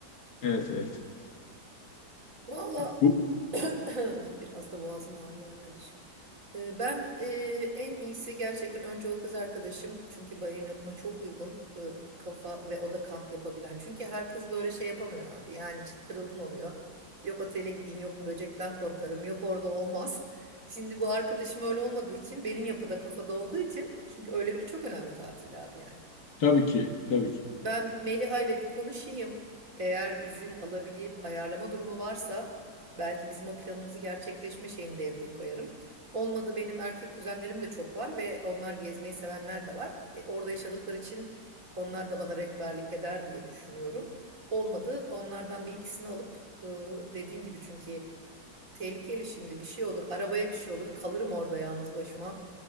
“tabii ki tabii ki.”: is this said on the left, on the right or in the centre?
Left